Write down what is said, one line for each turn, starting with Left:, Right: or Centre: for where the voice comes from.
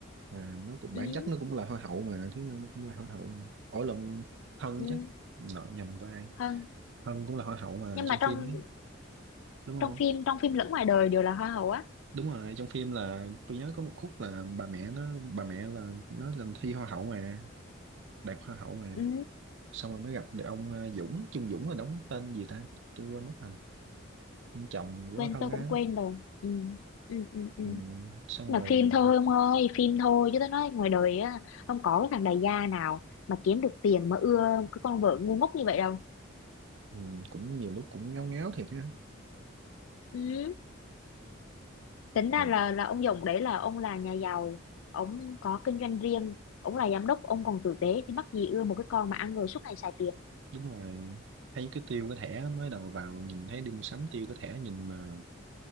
Right: mà nó cũng
Left: ừ,
Right: bản chất nó cũng là hoa hậu mà Thúy Ngân cũng là hoa hậu mà. ổi lộn Hân
Left: ừ,
Right: chứ Nợ nhầm vai
Left: hơn
Right: Hân cũng là hoa hậu mà
Left: nhưng
Right: trong
Left: mà trong
Right: phim ấy đúng không
Left: trong phim trong phim lẫn ngoài đời đều là hoa hậu á
Right: đúng rồi trong phim là tôi nhớ có một khúc là bà mẹ nó bà mẹ là nó lên thi hoa hậu mà đạt hoa hậu mà
Left: ừ,
Right: xong rồi mới gặp được ông ờ, Dũng Trung Dũng là đóng tên gì ta tôi quên mất rồi ông chồng của
Left: quên
Right: Hân
Left: tôi
Right: á
Left: cũng quên rồi ừ, ừ, ừ, ừ.
Right: ừ. xong
Left: là
Right: rồi
Left: phim thôi ông ơi phim thôi chứ tôi nói ngoài đời á không có cái thằng đại gia nào mà kiếm được tiền mà ưa cái con vợ ngu ngốc như vậy đâu
Right: ừ. cũng nhiều lúc cũng ngáo ngáo thiệt ha
Left: ừ. tính ra
Right: Ừ.
Left: là là ông Dũng đấy là ông là nhà giàu ông có kinh doanh riêng ông là giám đốc ông còn tử tế thì mắc gì ưa một cái con mà ăn rồi suốt ngày xài tiền
Right: đúng rồi thấy cái tiêu cái thẻ mới đầu vào nhìn thấy đi mua sắm tiêu cái thẻ nhìn mà